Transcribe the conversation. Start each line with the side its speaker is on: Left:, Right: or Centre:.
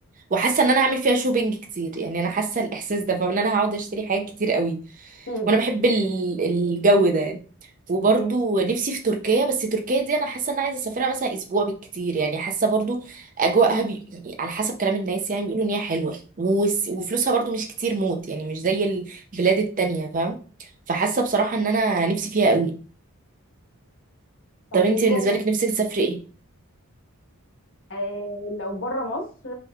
Right: وحاسه ان انا هعمل فيها شوبينج كتير يعني انا حاسه الاحساس ده فان انا هقعد اشتري حاجات كتير قوي
Left: اكيد
Right: وانا بحب ال- الجو ده يعني وبرضو
Left: مم.
Right: نفسي في تركيا بس تركيا دي انا حاسه ان انا عايزه اسافرها مثلا اسبوع بالكتير يعني حاسه برضو اجواءها بي... على حسب كلام الناس يعني بيقولوا ان هي حلوه وس... وفلوسها برضو مش كتير موت يعني مش زي البلاد التانية فاهم فحاسه بصراحه ان انا نفسي فيها قوي
Left: طب
Right: طب انت
Left: وجوه
Right: بالنسبه
Left: مصر
Right: لك نفسك تسافري ايه
Left: آه لو بره مصر